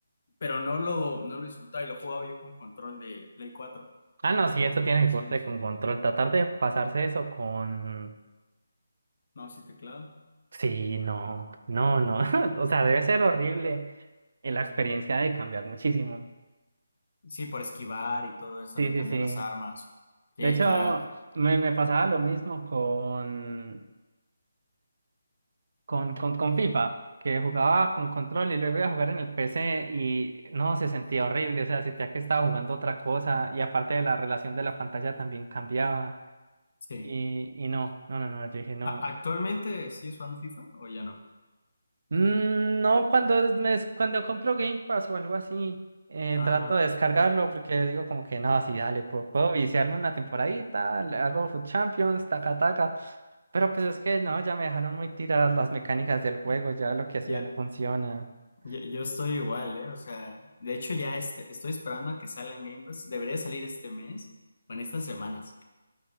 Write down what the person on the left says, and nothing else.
pero no lo, no lo disfrutaba y lo jugaba yo con control de Play cuatro
de
aquellos
años.
No, sí, teclado.
Sí, por esquivar y todo eso, también
cambiar
las armas. Sí,
está,
sí.
A- ¿Actualmente sí es fan FIFA o ya no?
Ah,
ya-
ya-
ya- yo, estoy igual, ¿eh? O sea, de hecho ya este- estoy esperando a que salga en Game Pass. Debería salir este mes o en estas semanas.